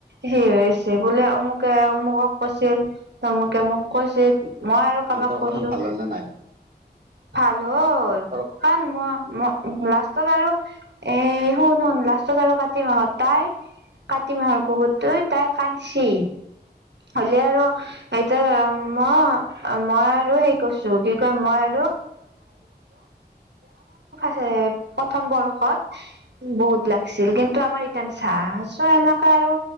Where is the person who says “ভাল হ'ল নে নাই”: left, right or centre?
Right